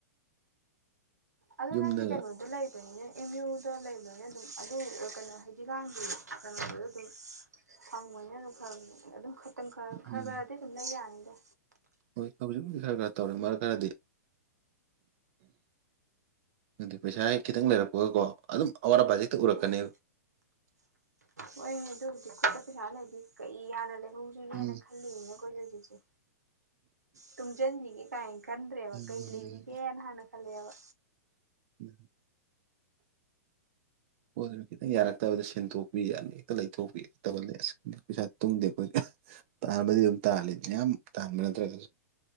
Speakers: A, on the right; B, on the right.
A: ꯑꯗꯨ
B: ꯌꯨꯝꯗꯒ
A: ꯅꯪꯗꯤ ꯀꯩꯅꯣꯗ ꯂꯩꯕꯅꯤꯅ ꯑꯦꯝ ꯌꯨꯗ ꯂꯩꯕꯅꯤꯅ ꯑꯗꯨꯝ ꯑꯗꯨ ꯀꯩꯅꯣ <unintelligible> ꯀꯩꯅꯣꯗꯨꯗꯤ ꯗꯨꯝ ꯐꯪꯕꯅꯤꯅ ꯑꯗꯨꯝ ꯈꯔ ꯑꯗꯨꯝ ꯈꯇꯪ ꯈꯔ ꯈꯔ
B: ꯎꯝ
A: ꯈꯔꯗꯤ ꯑꯗꯨꯝ ꯂꯩ ꯌꯥꯅꯤꯗ
B: ꯍꯣꯏ ꯍꯧꯖꯤꯛꯄꯨꯗꯤ ꯈꯔ ꯈꯔ ꯇꯧꯔꯦ ꯃꯔꯛ ꯈꯔꯗꯤ ꯅꯠꯇꯦ ꯄꯩꯁꯥ ꯍꯦꯛ ꯈꯤꯇꯪ ꯂꯩꯔꯛꯄꯒꯀꯣ ꯑꯗꯨꯝ ꯑꯋꯥꯠ ꯑꯄꯥꯖꯦ ꯍꯦꯛꯇ ꯎꯔꯛꯀꯅꯤꯕ
A: ꯑꯥ ꯍꯣꯏꯅꯦ ꯑꯗꯨꯕꯨꯗꯤ ꯈꯨꯠꯇ ꯄꯩꯁꯥ ꯂꯩꯔꯗꯤ ꯀꯩ ꯍꯥꯟꯅ ꯂꯩꯍꯧ <unintelligible>
B: ꯎꯝ
A: ꯈꯜꯂꯤꯅꯦ ꯑꯩꯈꯣꯏꯖꯦ ꯍꯧꯖꯤꯛꯁꯦ ꯇꯨꯡꯖꯟꯖꯤꯒꯦ ꯀꯥꯏꯅ ꯈꯟꯗ꯭ꯔꯦꯕ
B: ꯎꯝ
A: ꯀꯩ ꯂꯩꯔꯤꯒꯦꯅ ꯍꯥꯟꯅ ꯈꯜꯂꯦꯕ
B: <unintelligible> ꯄꯣꯠ ꯂꯩꯕꯗ ꯈꯤꯇꯪ ꯌꯥꯔꯛꯇꯕꯗ ꯁꯤꯟꯇꯣꯛꯄꯤ ꯑꯗꯩ ꯍꯦꯛꯇ ꯂꯩꯊꯣꯛꯄꯤ ꯇꯧꯒꯜꯂꯦ ꯑꯁ ꯄꯩꯁꯥ ꯇꯨꯡꯗꯦ ꯑꯩꯈꯣꯏꯗꯤ ꯇꯥꯟꯕꯗꯤ ꯑꯗꯨꯝ ꯇꯥꯜꯂꯤꯅꯦ ꯃꯌꯥꯝ ꯇꯥꯟꯕ ꯅꯠꯇ꯭ꯔꯒꯖꯨ